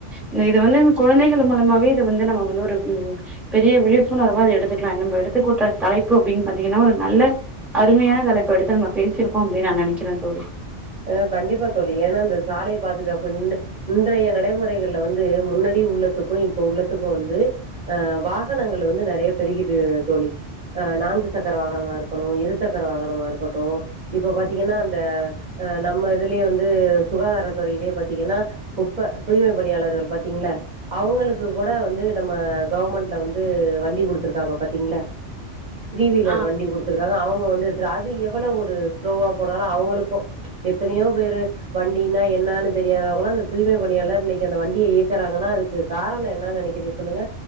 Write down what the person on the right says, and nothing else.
அ கண்டிப்பா தோழி ஏனா இந்த சாலை பாதுகாப்பு இன் இன்றைய நடைமுறைகள்ல வந்து முன்னாடி உள்ளத்துக்கு இப்ப உள்ளத்துக்கு வந்து அ வாகனங்கள் வந்து நெறைய பெருகிட்டு தோழி அ நான்கு சக்கர வாகனமா இருக்கணு இரு சக்கர வாகனமா இருக்கட்டு இப்ப பாத்தீங்கன்னா அந்த அஹ் நம்ம இதுலியே வந்து சுகாதாரத்துறையிலியே பாத்தீங்கன்னா குப்ப தூய்மை பணியாளர்கள் பாத்தீங்ள அவுங்களுக்கு கூட வந்து நம்ம கவர்மெண்ட்ல வந்து வண்டி குடுத்துருக்காங்க பாத்தீங்கள்ல த்ரீ வீலர்
வண்டி குடுத்துருக்காங்க அவு இப்ப வந்து ட்றா அது எவ்ள ஒரு ஸ்லோவா போனாலு அவுங்களுக்கூ எத்தனையோ பேரு வண்டினா என்னானு தெரியாதவங்கள்லா அந்த தூய்மை பணியாளர் இன்னிக்கு அந்த வண்டிய இயக்குறாங்கன்னா அதுக்கு காரணோ என்னா நெனைக்கிறீர் சொல்லுங்க